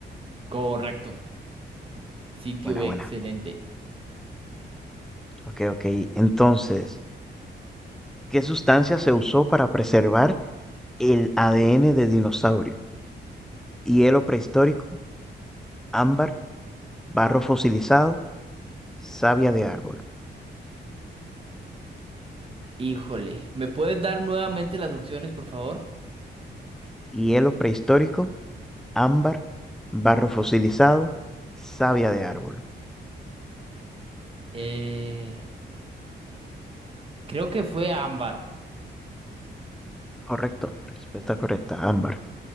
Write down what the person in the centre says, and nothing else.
Buena,
buena.
Ok, ok. Entonces, ¿qué sustancia se usó para preservar el ADN de dinosaurio? Hielo prehistórico, ámbar, barro fosilizado, savia de árbol.
Hielo prehistórico, ámbar, barro fosilizado, savia de árbol.
Correcto, respuesta correcta, ámbar.